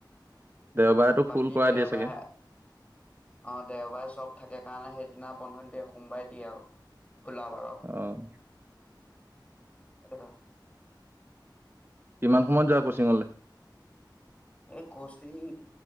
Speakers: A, on the right; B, on the left.
A: দেওবাৰেতো
B: বাকী
A: ফুল কৰাই
B: দেওবাৰে
A: দিয়ে চাগে
B: অ দেওবাৰে চব থাকে। সেইদিনা বন্ধন দিয়ে সোমবাই দিয়ে আৰু খোলা বাৰত।
A: অঁ
B: অঁ
A: কিমান সময়ত যাওঁ কচি্ংঙলে
B: এই কচিং